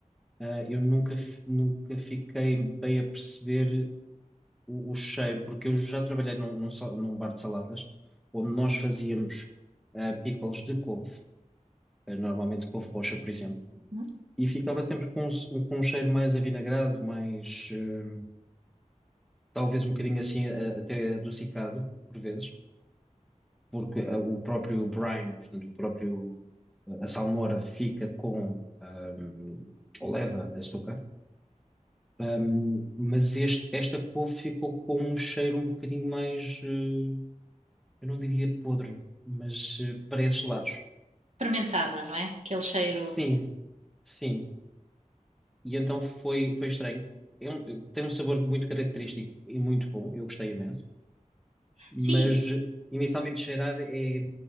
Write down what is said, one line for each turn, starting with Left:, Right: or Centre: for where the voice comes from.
Centre: ah, eu nunca, f- nunca fiquei bem a perceber o, o cheiro, porque eu já trabalhei num, num sal- num bar de saladas, onde nós fazíamos ah, pickles de couve, ah, normalmente couve roxa, por exemplo,
Right: Uhum.
Centre: e ficava sempre com, um s- com um cheiro mais avinagrado, mais, eh, talvez um bocadinho assim, a- até adocicado, por vezes. porque eh, o próprio Brian, portanto, o próprio, eh, a salmoura fica com, ahm, ou leva açúcar, ahm, mas este- esta couve ficou com um cheiro um bocadinho mais, eh, eu não diria podre, mas eh, para esses lados.
Right: Fermentada, não é? Aquele cheiro.
Centre: Sim, sim. E então foi, foi estranho. É um- tem um sabor muito característico e muito bom, eu gostei imenso, mas
Right: Sim,
Centre: eh, inicialmente cheirar é, é